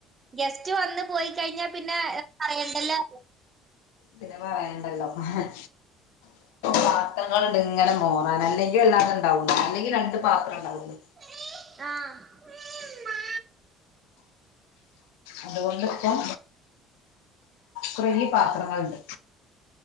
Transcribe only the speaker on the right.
ഗെസ്റ്റ് വന്ന് പോയി കഴിഞ്ഞാ പിന്നെ പറയണ്ടല്ലോ ര്യ
ഈ ആഹ് ഈ മ്മാ